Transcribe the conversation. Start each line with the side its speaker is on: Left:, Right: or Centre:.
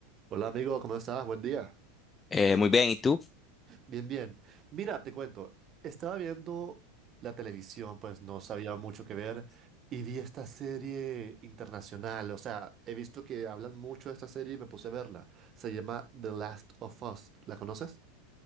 Right: Hola amigo, ¿cómo estás? Buen día.
Left: Eh, muy bien, ¿y tú?
Right: Bien, bien. Mira, te cuento, estaba viendo la televisión, pues no sabía mucho que ver y vi esta serie internacional, o sea, he visto que hablan mucho de esta serie y me puse a verla. Se llama The Last of Us, ¿la conoces?